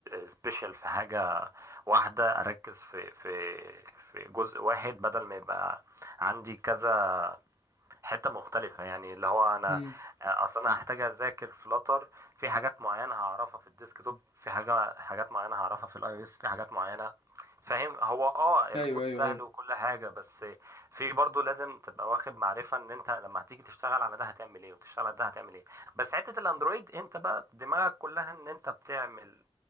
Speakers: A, on the right; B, on the left.
A: سبيشال في حاجة واحدة أركز في في في جزء واحد بدل ما يبقى عندي كذا حتة مختلفة يعني اللي هو أنا
B: أمم.
A: أصلا أنا هحتاج أذاكر فلاتر في حاجات معينة هعرفها في الديسكتوب في حاجة حاجات معينة هعرفها في الأي أو إس في حاجات معينة فاهم هو اه
B: ايوه
A: الكود
B: ايوه
A: سهل
B: ايوه
A: وكل حاجة بس في برضه لازم تبقى واخد معرفة ان انت لما هتيجي تشتغل على ده هتعمل ايه وتشتغل على ده هتعمل ايه بس حتة الاندرويد انت بقى دماغك كلها ان انت بتعمل